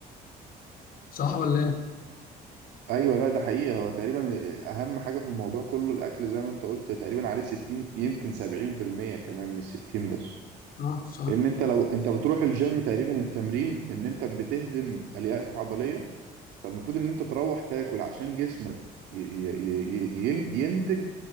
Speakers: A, on the left; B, on the right.
A: صح ولا ايه
B: ايوه لا ده حقيقه هو تقريبا اهم حاجه في الموضوع كله الاكل زي ما انت قلت تقريبا عليه 60 يمكن 70% كمان مش 60 بس
A: صح صح
B: لان انت لو انت بتروح الجيم تقريبا التمرين ان انت بتهدم الياف عضليه فالمفروض ان انت تروح تاكل عشان جسمك ي- ي- ي- ي- ينتج